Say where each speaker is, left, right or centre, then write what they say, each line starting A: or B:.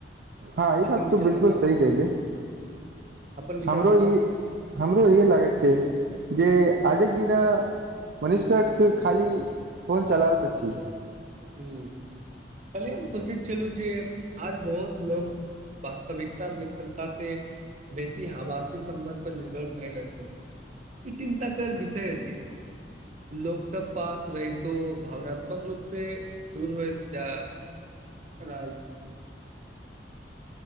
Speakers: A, on the right; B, on the right.
A: हां ई
B: अपन
A: बात
B: विचार
A: तऽ बिलकुल
B: बताउ
A: सही कहलीअई
B: अपन विचार
A: हमरो
B: बताउ
A: ई हमरो इहे लागत छैइ जे आजूक दिना मनुष्यक खाली फोन चलाबैत अछि
B: हूंअ् कल्हि एम सोंचैत छलूं जे आज बहुत लोग वास्तविकता मित्रता से बेसी हबासी सम्बन्ध पर निर्भर भय रहल छथि ई चिन्ता कर विषय छैइ लोक सब पास रहितो भावनात्मक रूप से दूर होय जा रहल छथि